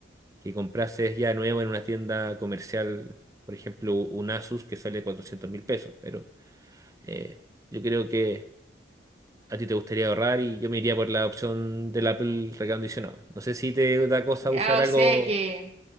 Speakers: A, on the right; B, on the right.
A: que comprases ya nuevo en una tienda comercial, por ejemplo, un Asus que sale cuatrocientos mil pesos, pero eh, yo creo que a ti te gustaría ahorrar y yo me iría por la opción del Apple recondicionado. No sé si te da cosa
B: Ya,
A: usar
B: o
A: algo.
B: sea que,